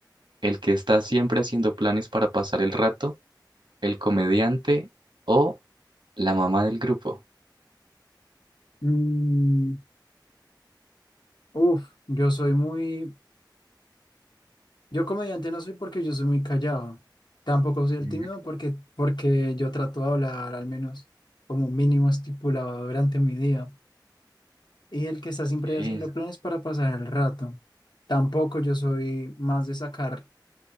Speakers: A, on the right; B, on the left.
A: ¿El que está siempre haciendo planes para pasar el rato? ¿El comediante o la mamá del grupo?
B: Mm, uf, yo soy muy, yo comediante no soy porque yo soy muy callado. Tampoco soy el
A: Mm,
B: tímido porque, porque yo trato de hablar al menos como un mínimo estipulado durante mi día. Y el que está
A: Ok,
B: siempre haciendo planes para pasar el rato. Tampoco yo soy más de sacar,